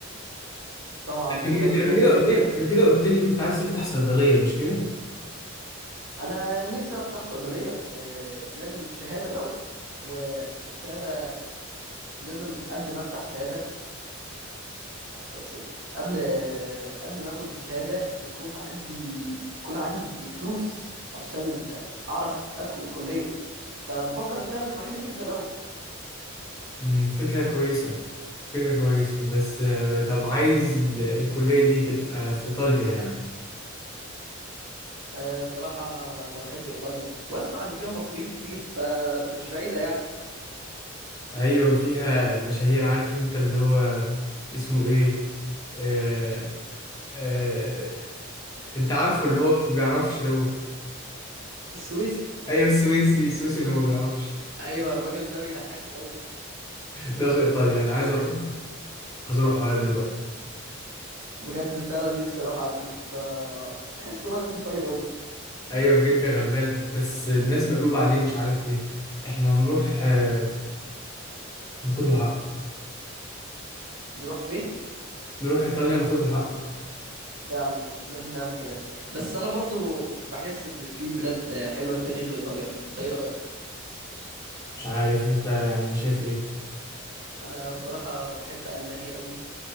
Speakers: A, on the right; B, on the left.
A: طبعا
B: قبل
A: محتاج
B: كده- انت
A: فلوس
B: قبل كده قلت
A: بجد
B: لي قبل كده قلت لي كنت عايز تفتح صيدلية مش كده؟
A: انا نفسي افتح صيدلية بس آه، لازم شهادة الاول والشهادة لازم قبل ما افتح شهادة افتح شقصري قبل قبل ما اخد الشهادة يكون عندي يكون عندي فلوس علشان اعرف ادخل الكلية فبفكر اشتغل في محل بيتزا الاول
B: امم فكرة كويسة فكرة كويسة بس آه، طب عايز ال- الكلية دي تبقى في إيطاليا يعني
A: أه بصراحة انا بحب ايطاليا واسمع ان فيها مصريين كتير فمش بعيدة يعني
B: أيوة فيها مشاهير عارف أنت اللي هو اسمه إيه آه آه أنت عارفه
A: السويس
B: اللي هو ما بيعرفش لو
A: السويسي
B: أيوة السويسي السويسي اللي ما بيعرفش
A: ايوه الراجل ده بيضحكني قوي
B: ده في ايطاليا انا عايز
A: بجد
B: اروح عايز اروح واقابله بقى
A: بجد فعلا نفسي اروح اقابله ده تحسه راجل طيب قوي
B: ايوه بجد غلبان بس الناس مقلوبه عليه مش عارف ليه احنا نروح آه، ناخد له حقه
A: نروح فين
B: نروح ايطاليا ناخد له حقه
A: فعلا لازم نعمل كده بس انا برضو بحس ان في بلاد حلوه تاني غير ايطاليا انت ايه رايك
B: مش عارف انت يعني شايف ايه
A: انا بصراحه بحب المانيا قوي